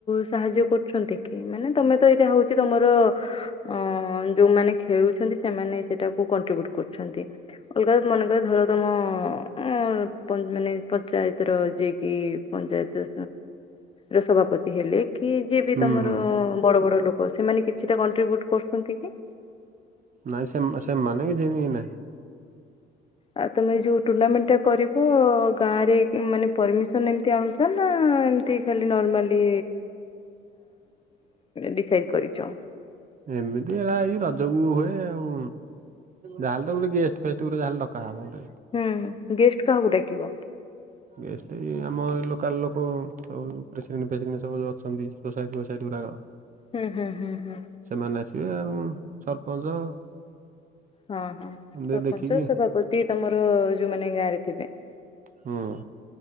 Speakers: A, on the left (about 25°); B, on the right (about 40°).
A: ସାହାଯ୍ୟ କରୁଛନ୍ତି କି ମାନେ ତମେ ତ ଏଇଟା ହଉଛି ତମର ଅ ଯୋଉମାନେ ଖେଳୁଛନ୍ତି ସେମାନେ ସେଇଟା କ କରୁ ଅଲଗା ମେକ ଧର ତମ ହଁ ମାନେ ପଞ୍ଚାୟତର ଯିଏକି ପଞ୍ଚାୟତ ର ସଭାପତି ହେଲେ କି ଯିଏ ବି
B: ହୁଁ
A: ତମର
B: ହୁଁ
A: ବଡ ବଡ ଲୋକ ହ ସେମାନେ କିଛିଟା କଣ୍ଟ୍ରିବ୍ୟୁଟ କରୁଛନ୍ତି କି
B: ନାଇଁ ସେ ସେମାନେ କିଛିିନି ନାଇଁ
A: ଆଉ ତମେ ଯୋଉ ଟୁର୍ଣ୍ଣାମେଣ୍ଟ ଟା କରିବ ଗାଁରେ ମାନେ ପରମିସନ ଏମତି ଆଣୁ ଏମତି ଖାଲି ନର୍ମାଲି ଡିସାଇଡ କରିଛ
B: ଏମିତି ହେଲା ଏଇ ରଜକୁ ହୁଏ ଆଉ ଯାହାଲେ ଗୋଟ ଗେଷ୍ଟ ଫେ ଯାହାଲେ ଦକାା ହବ ଗୋେ
A: ହୁଁ ଗେଷ୍ଟ କାହାକୁ ଡାକିବ
B: ଗେଷ୍ଟ ଏ ଆମ ଏଇ ଲୋକାଲ ଲୋକ ସବୁ ପ୍ରେସିଡେଣ୍ଟ ଫେସିଡେଣ୍ଟ ସବୁ ଅଛନ୍ତି ସୁସାଇଟୁାଇ ଦୁାର
A: ହୁଁ ହୁଁ ହୁଁ ହୁଁ
B: ସେମାନେ ଆସିବେ ଆଉ ସରପଞ୍ଚ
A: ହଁ ହଁ ସରପଞ୍ଚ
B: ଦେ ଦେଖିକି
A: ସଭାପତି ତମର ଯୋଉମାନୋନେ ଗାଁ ରେ ଥିବେ
B: ହଁ